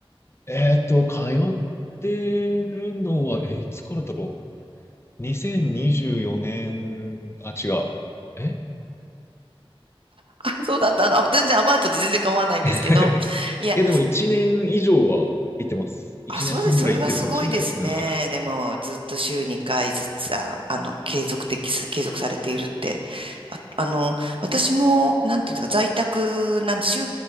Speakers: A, on the left; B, on the right.
A: えっと、通ってるのは、え、いつからだろう。2024年、あ、違う。え
B: あ <laughs> そうだった。あの、あ全然アバウトで全然構わないんですけど。
A: <laughs>
B: いや、
A: いや、でも1年以上は行ってます。1年半ぐらい行ってるかもしれないですね。
B: あ、そうです。それはすごいですね。
A: はい。
B: でも、ずっと週2回ずつ、あ、あの、継続的、継続されているって。あ、あの、私も、なんていうのか、在宅なんで、週、